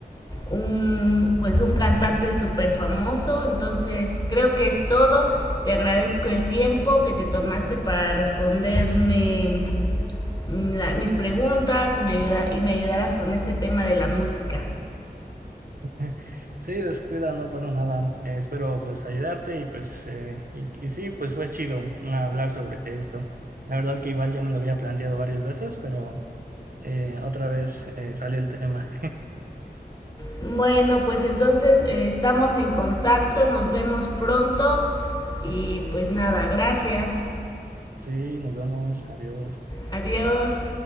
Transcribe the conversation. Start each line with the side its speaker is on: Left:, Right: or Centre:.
Left: un pues un cantante súper famoso. Entonces creo que es todo. Te agradezco el tiempo que te tomaste para responderme mm, la, mis preguntas y me, ayuda, y me ayudarás con este tema de la música.
Right: <laughs> Sí, descuida, no pasa nada, eh, espero pues ayudarte y pues, eh, y, y sí, pues fue chido hablar sobre esto. La verdad que igual ya me lo había planteado varias veces, pero... eh, otra vez eh, salió el tema.
Left: Bueno, pues entonces eh, estamos en contacto, nos vemos pronto y pues nada, gracias,
Right: Sí, nos vemos, adiós.
Left: adiós.